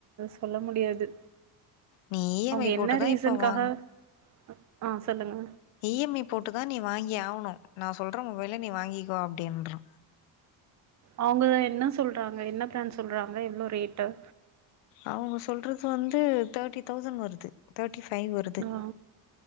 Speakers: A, on the right; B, on the left.
A: சொல்ல முடியாது
B: நீ இ
A: அவுங்க
B: எம் ஐ
A: என்ன
B: போட்டுதா
A: ரீசன்காக
B: இப்ப வாங்
A: அ ஆ சொல்லுங்க
B: இ எம் ஐ போட்டுதா நீ வாங்கி ஆவ்னு நா சொல்றே மொபைல்ல நீ வாங்கிக்கோ அப்டின்றா
A: அவுங்க என்ன சொல்றாங்க என்ன பிராண்ட் சொல்றாங்க எவ்ளோ ரேட்டு்
B: அவுங்க சொல்றது வந்து தேட்டி தௌசண் வருது தேட்டி ஃபை வருது
A: ஆ